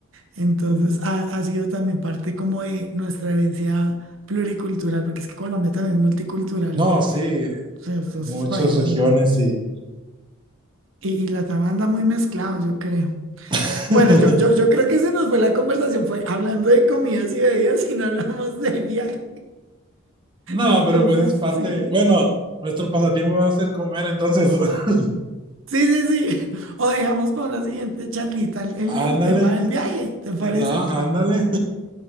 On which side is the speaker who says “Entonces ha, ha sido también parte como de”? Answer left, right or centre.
Right